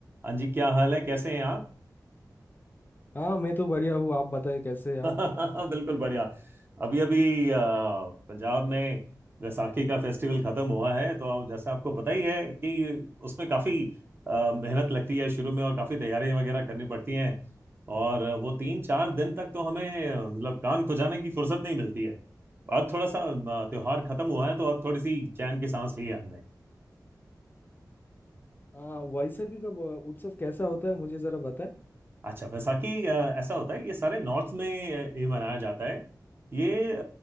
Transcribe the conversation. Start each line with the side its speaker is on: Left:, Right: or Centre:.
Right: हाँ जी क्या हाल है कैसे हैं आप
Left: हाँ मैं तो बढ़िया हूँ आप बताएं कैसे हैं आप
Right: <laughs> बिल्कुल बढ़िया अभी अभी अ, पंजाब में वैसाखी का फेस्टिवल खत्म हुआ है तो आप जैसे आपको पता ही है कि उसमें काफी अ, मेहनत लगती है शुरू में और काफी तैयारियां वगैरह करनी पड़ती हैं और वो तीन चार दिन तक तो हमें अ, मतलब कान खुजाने की फुर्सत नहीं मिलती है अब थोड़ा सा अ, त्योहार खत्म हुआ है तो अब थोड़ी सी चैन की सांस ली है
Left: हाँ वैसाखी का ब- उत्सव कैसा होता है मुझे जरा बताएं
Right: अच्छा वैसाखी अ, ऐसा होता है ये सारे नॉर्थ में अ, ये मनाया जाता है ये अ,